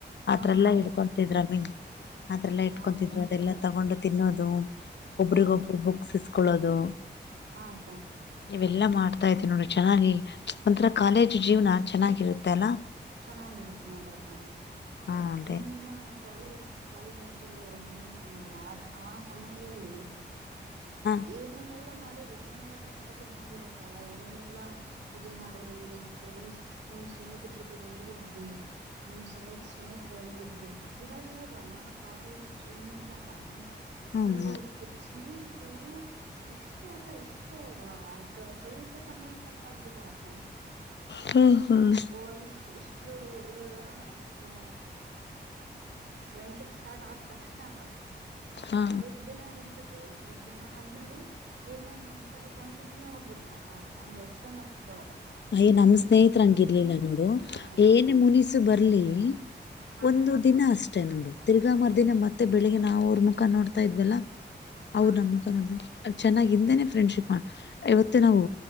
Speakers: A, on the right (about 85°); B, on the left (about 70°).
A: ಹಾ
B: ಆತ್ರರೆಲ್ಲ
A: ಹಾ ಹೌದಕ್ಕ
B: ಇಡ್ಕೊತಿದ್ರ
A: ಹೌದಕ್ಕ
B: ಮೀನ್ ಆ್ರರೆಲ್ಲ ಇಟ್ಕೊತಿದ್ರು
A: ಹೌದಾ ಅಕ್ಕ
B: ಅದೆಲ್ಲಾ ತಗೊಂಡ ತಿನ್ನೋದು ಒಬರಿಗ
A: ಹಾ ಅಕ್ಕ
B: ಒಬ್ರು ಬುಕ್ಸ್ ಇಸ್ಕೊಳ್ಳೋದು
A: ಹಾ ತ
B: ಇವೆಲ್ಲಾ ಮಾಡ್ತಾ ಇದೀವಿ ನೋಡಿ ಚೆನ್ನಾಗಿ ಒಂಥರ ಕಾಲೇಜ್ ಜೀವನ ಚೆನ್ನಾಗಿರುತ್ತೆ ಅಲ್ಲಾ
A: ಚೆನ್ನಾಗಿರುತ್ತ ನೋಡ್ರಕ್ಕ
B: ಹಾ ಅದೇ
A: ನೀವಿನ್ನ ಕಾಲೇಜ್ ಕಾಲೇಜ್ ಜನ್ ಆ ಆ ಸಮಯದಲ್ಲಿ
B: ಹಾ
A: ಏನೇನೆಲ್ಲಾ ಮಾಡಿರಿ ಏನೇನೆಲ್ಲ ಚಟನಪತಿ ಮಾಡಿರಕ್ಕ ಏನೇನೆಲ್ಲಾ ಇದು ಮಾಡಿರಿ ನಿಮ್ ಫ್ರೆಂಡ್ಸ್ ನಿಮ್ ಸ್ನೇಹಿತರ ಜೊತೆಗೆ ಹೆಂಗಿದ್ರಿ ನಿಮ್ ಸ್ೇ ಸ್ನೇಹತ್ರು ಹೆಂಗಿದ್ರು ಇವಾಗ ಇವಾಗ ಕಾಲೇಜ್ ಜೀವನದಲ್ಲಕ
B: ಹ್ಮ್
A: ನೀವುಫು ಸ್ನೇಹ ರು ಇಷ್ಟೇ ಅಕ್ಕ ಇಷ್ಟೇ ಅರ್ಧ ಸ್ವಲ್ಪ ಸಮಯಕ್ಕಂತ ಆಗ್ಬಿಟ್ಟಾರಕ್ಕ
B: ಹ್ಮ್ ಹ್ಮ್
A: ಓ ಇಷ್ಟ್ ಇಷ್ಟರು ಇವಾಗ ಸ್ನ ಫ್ರೆಂಡ್ಶಿಪ್ ಸ್ಟಾರ್ಟ್ ಆದ ತಕ್ಷಣ
B: ಹಾ
A: ಸ್ವಲ್ಪ ದಿನ ಇರ್ತತೆ ಸ್ವಲ್ಪ ದಿನ ಆದ್ಮೇಲೆ ಏನೋ ಮನ್ಸ್ ತಗಕ್ ಬಂದು ಸುಮ್ಮನೆ ಹೋಗಬ ಬಿಡ್ತ ಅಂದ್ರ ಎಷ್ಟೊಂದ ಆತಿದವ
B: ಅಯ್ ನಮ್ ಸ್ನೇಹತ್ರರ ಹಂಗಿರ್ಲಿಲ್ಲ ನೋಡು
A: ಹಾ
B: ಏನ ಮುನಿಸು ಬರ್ಲಿ
A: ಹಾ ಹಾ
B: ಒಂದು
A: ಹಾ ಅಕ್ಕ
B: ದಿನ ಅಷ್ಟೆ ನೋಡುದು ತಿರ್ಗಾ ಮಾರದಿನ ಮತ್ತೆ ಬೆಳಿಗ್ಗೆಾಾವ ಅವ್ರ ಮುಖಾ ನೋಡ್ತಾ ಇದ್ವಲ್ಲ ಅವ್ರ
A: ಹಾ ಅಕ್ಕ
B: ನಮ್ಮ ಮುಖೋ ಚನ್ನಾಗಿಿಂದೇನೆ ಫ್ರೆಂಡ್ಶಿಪ್ ಇವತ್ತೇ ನಾವು